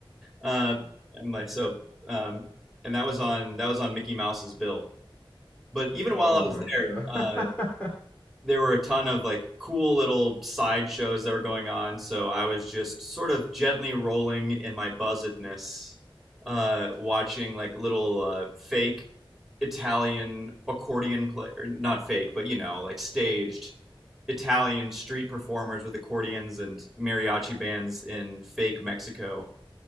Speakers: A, in the centre; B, on the left.
A: Um, and like so, um, and that was on that was on Mickey Mouse's bill. But even while
B: Oh
A: I was
B: my
A: there,
B: God.
A: uh,
B: <laughs>
A: there were a ton of like cool little side shows that were going on. So I was just sort of gently rolling in my buzzedness, uh, watching like little uh, fake Italian accordion play, or not fake, but you know, like staged Italian street performers with accordions and mariachi bands in fake Mexico.